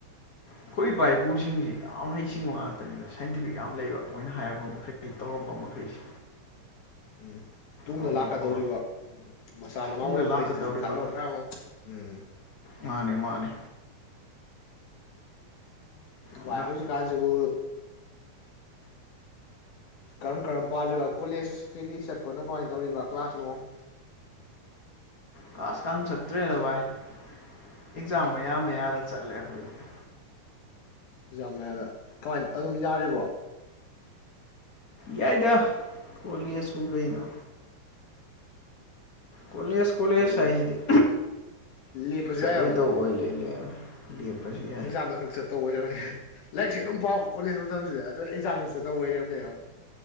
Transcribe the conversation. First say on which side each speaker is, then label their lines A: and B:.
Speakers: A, on the left; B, on the left.
A: ꯑꯩꯈꯣꯏ ꯏꯄꯥ ꯏꯄꯨꯁꯤꯡꯁꯤ ꯌꯥꯝ ꯍꯩꯁꯤꯡꯕ ꯉꯥꯛꯇꯅꯤꯅ ꯁꯥꯏꯟꯇꯤꯐꯤꯛ ꯌꯥꯝ ꯂꯩꯕ ꯃꯣꯏꯅ ꯍꯥꯏꯔꯕ ꯃꯈꯩꯗꯤ ꯇꯧꯔꯝꯕ ꯃꯈꯩꯁꯦ
B: ꯎꯝ ꯇꯨꯡꯗ
A: ꯑꯗꯨꯅꯀꯣ
B: ꯂꯥꯛꯀꯗꯧꯔꯤꯕ ꯃꯁꯥ ꯃꯅꯥꯎ
A: ꯇꯨꯡꯗ
B: ꯑꯣꯏꯕ ꯃꯈꯩꯁꯤꯗꯁꯨ
A: ꯂꯥꯛꯀꯗꯧꯔꯤꯕ
B: ꯀꯥꯟꯅꯕ ꯃꯌꯥꯝ ꯑꯃ ꯎꯝ
A: ꯃꯥꯅꯦ ꯃꯥꯅꯤ ꯑꯗꯨꯅ
B: ꯚꯥꯏ ꯍꯧꯖꯤꯛꯀꯥꯟꯁꯤꯕꯨ ꯀꯔꯝ ꯀꯔꯝ ꯄꯥꯜꯂꯤꯕ ꯀꯣꯂꯦꯖ ꯀꯩ ꯀꯩ ꯆꯠꯄꯅ ꯀꯃꯥꯏꯅ ꯇꯧꯔꯤꯕ ꯀ꯭ꯂꯥꯁꯅꯨꯡ
A: ꯀ꯭ꯂꯥꯁꯀ ꯑꯝ ꯆꯠꯇ꯭ꯔꯦꯗ ꯚꯥꯏ ꯑꯦꯛꯖꯥꯝ ꯃꯌꯥ ꯃꯌꯥꯗ ꯆꯠꯂꯦ ꯑꯩꯈꯣꯏꯗꯤ
B: ꯑꯦꯛꯖꯥꯝ ꯃꯌꯥꯗ ꯀꯃꯥꯏ ꯑꯗꯨꯝ ꯌꯥꯔꯤꯕꯣ
A: ꯌꯥꯏꯗ ꯀꯣꯂꯦꯁꯄꯨ ꯀꯩꯅꯣ ꯀꯣꯂꯦꯖ ꯀꯣꯂꯦꯖ
B: ꯍꯣꯏꯅꯦ
A: ꯍꯥꯏꯁꯤꯗꯤ
B: ꯂꯦꯞꯄꯁꯨ
A: ꯆꯠꯂꯣꯏꯗꯧ
B: ꯌꯥꯏꯑꯕ
A: ꯑꯣꯏ ꯂꯩ ꯂꯩꯔꯝꯃꯦ ꯂꯦꯄꯁꯤ
B: ꯑꯦꯛꯖꯥꯝꯗ ꯈꯛ ꯆꯠꯇꯧꯕ ꯑꯣꯏꯔꯝꯃꯦ ꯂꯥꯏꯔꯤꯛꯁꯤ ꯑꯗꯨꯝ ꯄꯥꯕ ꯀꯣꯂꯦꯖ ꯃꯇꯝꯁꯤꯗ ꯑꯗꯣꯢ ꯑꯦꯛꯖꯥꯝꯗ ꯆꯠꯇꯧ ꯑꯣꯏꯔꯝꯃꯦꯕ